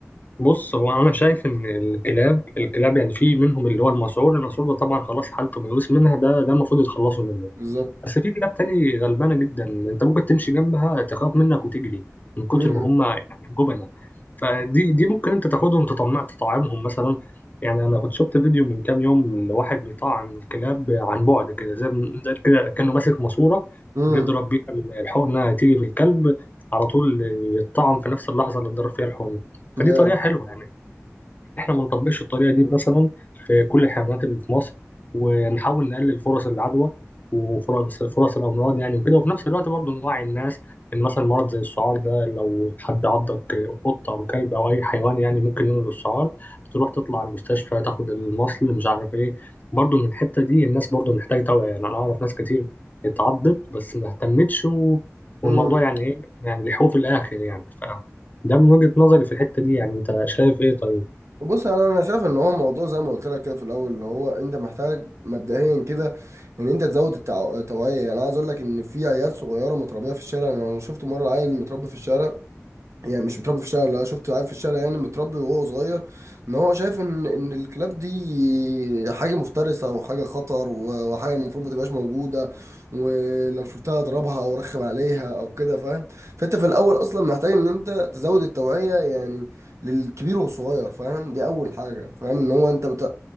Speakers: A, on the left (about 35°); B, on the right (about 65°).
A: بص هو انا شايف ان الكلاب الكلاب يعني في منهم اللي هو المسعور المسعور ده طبعا خلاص حالته ميؤوس منها ده ده المفروض يتخلصوا منه
B: بالظبط
A: بس في كلاب تاني غلبانة جدا انت ممكن تمشي جنبها تخاف منك وتجري من كتر
B: امم
A: ما هم يعني جبنة فدي دي ممكن انت تاخدهم تطمع تطعمهم مثلا يعني انا كنت شفت فيديو من كام يوم لواحد بيطعم الكلاب عن بعد كده زي زي كده كانه ماسك ماسورة
B: امم
A: بيضرب بيها الحقنة انها تيجي في الكلب على طول يتطعم في نفس اللحظة اللي اتضرب فيها الحقنة فدي
B: يا
A: طريقة حلوة يعني احنا ما نطبقش الطريقه دي مثلا في كل الحيوانات اللي في مصر ونحاول نقلل فرص العدوى وفرص فرص الامراض يعني وكده وفي نفس الوقت برضه نوعي الناس ان مثلا مرض زي السعار ده لو حد عضك قطه او كلب او اي حيوان يعني ممكن ينقل السعار تروح تطلع على المستشفى تاخد المصل مش عارف ايه برضه من الحته دي الناس برضه محتاجه توعيه يعني انا اعرف ناس كتير اتعضت بس ما اهتمتش و... والموضوع
B: امم
A: يعني ايه يعني لحقوه في الاخر يعني ف... ده من وجهة نظري في الحتة دي يعني انت شايف ايه طيب
B: بص انا انا شايف ان هو موضوع زي ما قلت لك كده في الاول اللي هو انت محتاج مبدئيا كده ان انت تزود التع- التوعيه يعني عايز اقول لك ان في عيال صغيره متربيه في الشارع انا شفت مره عيل متربي في الشارع يعني مش متربي في الشارع لا شفته قاعد في الشارع يعني متربي وهو صغير ان هو شايف ان ان الكلاب دي حاجه مفترسه وحاجه خطر و- وحاجه المفروض ما تبقاش موجوده ولو شفتها اضربها او رخم عليها او كده فاهم فانت في الاول اصلا محتاج ان انت تزود التوعيه يعني للكبير والصغير فاهم دي اول حاجه فاهم ان هو انت بت...